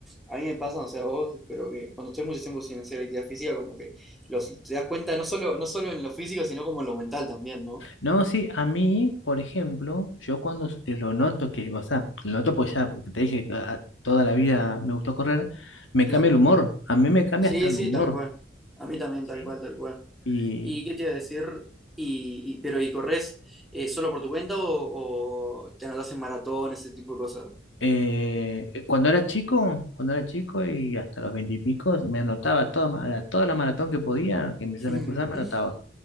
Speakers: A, in the centre; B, on the left.
A: a mí me pasa, no sé a vos, pero que cuando estoy mucho tiempo sin hacer actividad física, como que los, te das cuenta no solo, no solo en lo físico, sino como en lo mental también, ¿no?
B: No, sí, a mí, por ejemplo, yo cuando s- eh, lo noto que, o sea, lo noto porque ya, porque te dije, ah, toda la vida me gustó correr, me
A: Claro.
B: cambia el humor, a mí me cambia
A: Sí,
B: hasta el
A: sí,
B: humor.
A: tal cual. A mí también,
B: Sí.
A: tal cual, tal cual.
B: Y
A: ¿Y qué te iba a decir? Y, y- pero ¿y corres eh, solo por tu cuenta o, o te anotás en maratón, ese tipo de cosas?
B: eh, eh, cuando era chico, cuando era chico y hasta los veintipicos, me anotaba toda, ma- la- toda la maratón que podía, que me, se
A: <laughs>
B: me cruzaba, me anotaba.